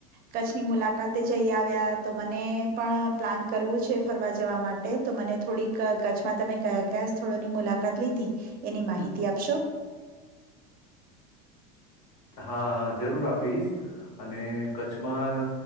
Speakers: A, on the right; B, on the left.
A: કચ્છની મુલાકાતે જઈ આવ્યા તો મને પણ પ્લાન કરવું છે ફરવા જવા માટે તો મને થોડીક કચ્છમાં તમે કયા કયા સ્થળોની મુલાકાત લીધી, એની માહિતી આપશો?
B: હા જરૂર આપીશ, અને કચ્છમાં